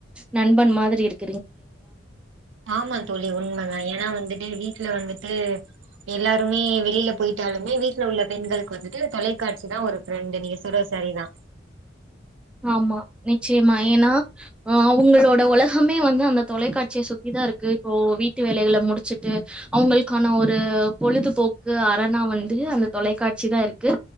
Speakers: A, in the centre; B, on the right.
A: நண்பன் மாத்ரி இருக்கு
B: ஆமா தோழி உண்மதா ஏன்னா வந்துட்டு வீட் வீட்ல வந்துட்டு எல்லாருமே வெளியில போயிட்டாலுமே வீட்டுல உள்ள பெண்களுக்கு வந்துட்டு தொலைக்காட்சி தா ஒரு ஃப்ரெண்டு நீங்க சொன்னது சரி தா
A: ஆமா நிச்சய்மா ஏன்னா அஹ் அவங்களோட உலகமே வந்து அந்த தொலைக்காட்சிய சுத்திதா இருக்கு இப்போ வீட்டு வேலைகள முடிச்சுட்டு அவங்களுக்கான ஒரு பொழுதுபோக்கு அரணா வந்து அந்த தொலைக்காட்சி தா இருக்கு